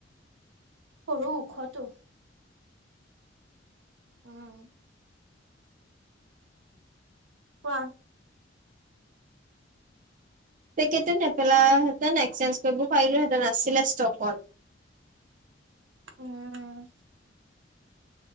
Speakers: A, on the right; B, on the right.
A: সৰু ওখটো। আহ। কোৱা।
B: <unintelligible> চেঞ্চ কৰিব পাৰিলোঁ হেঁতেন আছিলে ষ্টকত।
A: উম'।